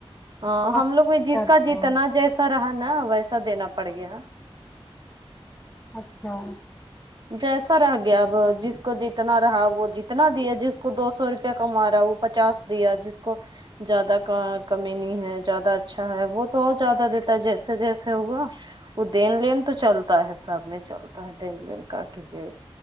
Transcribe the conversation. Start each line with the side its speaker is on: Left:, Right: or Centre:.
Right: ہاں
Centre: بہت
Right: ہم لوگ میں جس
Centre: خرچہ
Right: کا جتنا جیسا رہا نا ویسا دینا پڑ گیا
Centre: اچھا
Right: جیسا رہ گیا اب جس کو جتنا رہا وہ جتنا دیا جس کو دو سو روپیہ کما رہا ہے وہ پچاس دیا جس کو زیادہ کا کمی نہیں ہے زیادہ اچھا ہے وہ تو اور زیادہ دیتا ہے جیسے جیسے ہوا وہ دین لین تو چلتا ہے سب میں چلتا ہے دین ل کا کی جی یہ